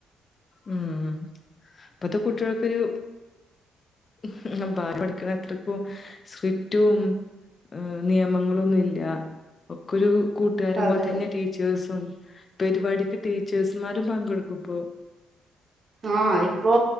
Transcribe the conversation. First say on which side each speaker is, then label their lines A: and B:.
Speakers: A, on the left (about 35°); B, on the right (about 40°).
A: ഉം ഇപ്പത്തെ കുട്ട്യൾക്കൊരു <unintelligible> ക്കണത്രക്കും സ്ട്രിക്റ്റും അ് നിയമങ്ങളൊന്നുല്ല ഒക്കൊരു കൂട്ടുകാരെ
B: അതെ
A: പോലെ തന്നെ ടീച്ചേഴ്സും പരിപാടിക്ക് ടീച്ചേഴ്സ്ുമാരും പങ്കെടുക്കും്പ
B: ആഹ ഇപ്പോൊ